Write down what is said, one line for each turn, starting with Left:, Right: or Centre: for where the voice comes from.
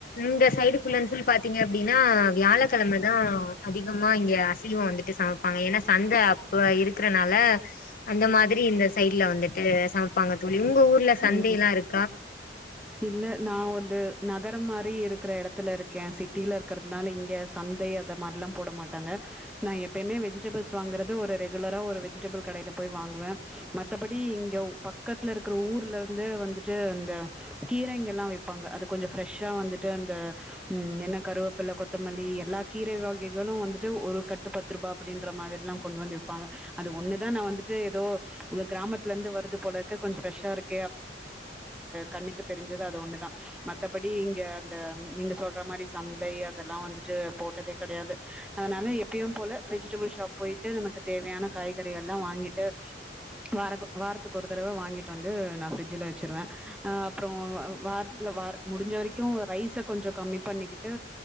Left: இந்த சைடு ஃபுல் அன் ஃபுல் பாத்தீங்க அப்டீன்னா அ வியாழக்கெழமதா அதிகமா இங்க அசைவோ வந்துட்டு சமைப்பாங்க ஏன்னா சந்த அப்ப இருக்கிற ஆள அந்த மாதிரி இந்த சைட்ல வந்துட்டு சமைப்பாங்க தோழி உங்க ஊர்ல சந்தைலா
Centre: ம்
Left: இருக்
Centre: இல்ல நா வந்து நகரம் இந்த மாரி இருக்குற எடத்துல இருக்கே சிட்டில இருக்கிறதுனால இங்க சந்தை அத மார்லா போட மாட்டாங்க நா எப்பயுமே வெஜிடேபிள்ஸ் வாங்குறது ஒரு ரெகுலரா ஒரு வெஜிடேபிள் கடைல போய் வாங்குவே மத்தபடி இங்க ஊ பக்கத்துல இருக்குற ஊர் இதலுர்ந்து வந்துட்டு அந்த கீரைங்கல்லா விப்பாங்க அது கொஞ்சோ ப்ரெஷ்ஷா வந்துட்டு அந்த ம் என்ன கருவேப்பில கொத்தமல்லி எல்லா கீரை வகைகளு வந்துட்டு ஒரு கட்டு பத்துருபா அப்டீன்ற மாதிரில்லா கொண்டு வந்து விப்பாங்க அது ஒன்னுதா நா வந்துட்டு ஏதோ உங்க கிராமத்துல இந்து வருது போல இர்க்கு கொஞ்சோ ப்ரஷ்ஷா இருக் கண்ணுக்கு தெரிஞ்சுது அது ஒண்ணுதா மத்தபடி இங்க அந்த நீங்க சொல்ற மாரி சந்தை அதெல்லா நா வந்துட்டு போட்டதே கெடையாது அதனால எப்பயு போல வெஜிடபிள் ஷாப் போயிட்டு நமக்கு தேவையான காய் க்ராசரி எல்லா வாங்கிட்டு வாரக்கோ வாரத்துக்கொரு தடவ வாங்கிட்டு வந் இது நா ஃபிரிஜ்ஜுல வெச்சிருவே அ அப்றோ வ வாரத்ல வாரத் முடிஞ்ச வரைக்கோ ரைஸு கொஞ்சோ க கம்மி பண்ணிக்கிட்டு